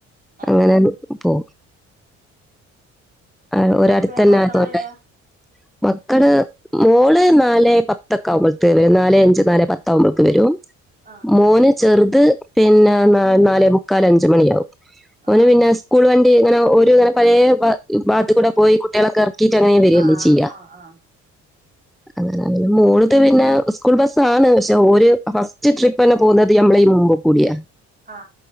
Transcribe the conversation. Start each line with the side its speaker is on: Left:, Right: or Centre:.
Right: ഏഹ്
Centre: അങ്ങനെ പോവും ആ
Right: പിന്നെ
Centre: ഒരട്ത്തന്നായതോണ്ടേ
Right: എപ്പഴാ മക്കള് വരാ
Centre: മക്കള് മോള് നാലേപത്തൊക്കാ വുമ്പോ നാലെഅഞ്ച് നാലെ പത്താവുമ്പേക്ക് വെരും
Right: ആഹ്
Centre: മോന് ചെറുത് പിന്നെ ന ന്നാലേ മുക്കാലഞ്ച് മണിയാവും ഒന്
Right: ആഹ്
Centre: പിന്നെ സ്കൂൾ വണ്ടി ഇങ്ങനെ ഒരുങ്ങെനെ പലേഭ ഭാത്തു കൂടെ പോയി കുട്ടിയളൊക്കെറക്കി ക്കിയിട്ട് അങ്ങനെ വെരല്ലേ
Right: ആഹ്
Centre: ചെയ്യാ
Right: ആഹ് ആഹ്
Centre: അങ്ങനെ മോള്ത് പി പിന്നെ സ്കൂൾ ബസ്സാണ് പക്ഷെ ഓര് ഫസ്റ്റ് ട്രിപ്പന്നെ പോവ്ന്നത് ഞമ്മളെ ഈ മുമ്പ് കൂടിയാ
Right: ആ